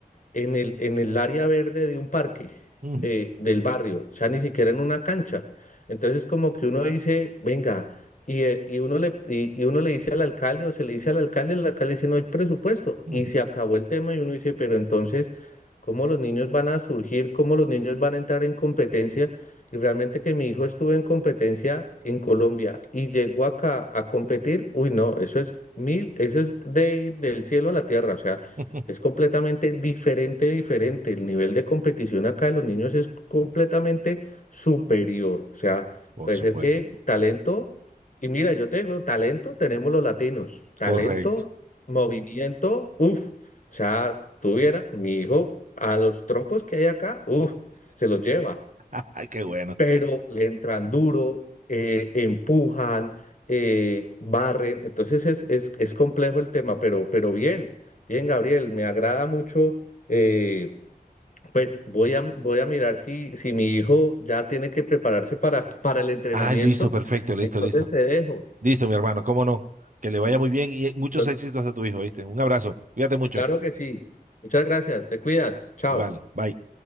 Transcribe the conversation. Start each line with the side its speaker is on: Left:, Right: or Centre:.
Left: en el, en el área verde de un parque
Right: Ujú,
Left: eh, del barrio, o sea, ni siquiera en una cancha. Entonces, como que uno dice, venga, y, eh, y uno le, y, y uno le dice al alcalde o se le dice al alcalde, el alcalde dice, no hay presupuesto,
Right: ujú.
Left: y se acabó el tema y uno dice, pero entonces, ¿cómo los niños van a surgir? ¿Cómo los niños van a entrar en competencia? Y realmente que mi hijo estuvo en competencia en Colombia y llegó acá a competir, uy, no, eso es mil, eso es de, del cielo a la tierra, o sea.
Right: <laughs>
Left: Es completamente diferente, diferente. El nivel de competición acá de los niños es completamente superior. O sea,
Right: Por
Left: puede
Right: supuesto.
Left: ser que talento, y mira, yo te digo, talento tenemos los latinos, talento,
Right: Correcto.
Left: movimiento, uff. O sea, tuviera mi hijo a los troncos que hay acá, uff, se los lleva
Right: <laughs> Ay, qué bueno.
Left: pero le entran duro, eh, empujan, eh, barren. Entonces es, es, es complejo el tema, pero, pero bien, bien, Gabriel, me agrada mucho. eh, pues voy a, voy a mirar si, si mi hijo ya tiene que prepararse para, para el entrenamiento.
Right: Ah, listo, perfecto, listo,
Left: Entonces
Right: listo.
Left: te dejo.
Right: Listo, mi hermano, cómo no. Que le vaya muy bien y muchos
Left: Entonces,
Right: éxitos a tu hijo, ¿viste? Un abrazo. Cuídate mucho.
Left: claro que sí. Muchas gracias, te cuidas. Chao.
Right: Igual, bye.